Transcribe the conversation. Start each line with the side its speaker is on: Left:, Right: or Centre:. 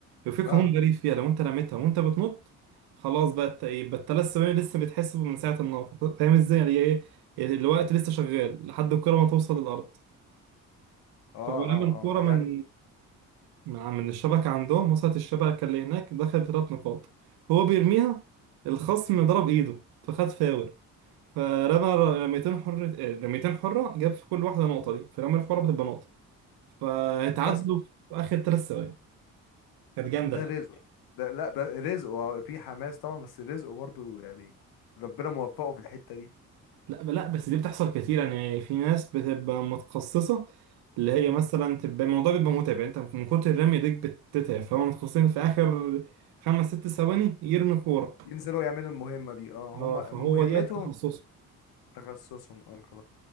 Right: يوفيك
Left: اه
Right: هون غريب فيها لو انت رميتها وانت بتنط خلاص بقى الت- إيه، بقى الثلاث ثواني لسه بيتحسبوا من ساعة النقطة فاهم ازاي يعني ايه الوقت لسه شغال لحد الكرة ما توصل للأرض
Left: اه
Right: فلما
Left: اه
Right: الكورة
Left: آه،
Right: من
Left: يعني
Right: من من الشبكة عندهم وصلت الشبكة اللي هناك دخل بثلاث نقاط هو بيرميها الخصم
Left: مم.
Right: ضرب إيده فخد فاول فرمى رميتين حرة آه، رميتين حرة جاب في كل واحدة نقطة دي فرمى الحرة بتبقى نقطة فاتعادلوا
Left: كسب
Right: في آخر ثلاث ثواني كانت جامدة
Left: ده رزق ده لا ده رزق وفي حماس طبعا بس رزقه برضو يعني ربنا موفقه في الحتة دي
Right: لا لا بس دي بتحصل كتير يعني في ناس بتبقى متخصصة اللي هي
Left: مم.
Right: مثلا تبقى الموضوع بيبقى متعب يعني انت من كتر الرمي ديك بتتعب فهم متخصصين في آخر خمس ست ثواني يرمي كورة
Left: ينزلوا يعملوا المهمة دي اه هما
Right: اه فهو
Left: مهمتهم
Right: دي تخصصه
Left: تخصصهم اه خلاص